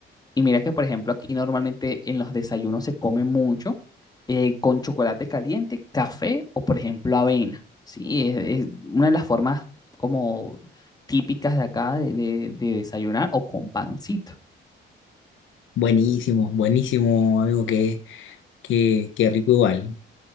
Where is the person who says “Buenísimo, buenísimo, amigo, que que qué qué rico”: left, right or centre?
Left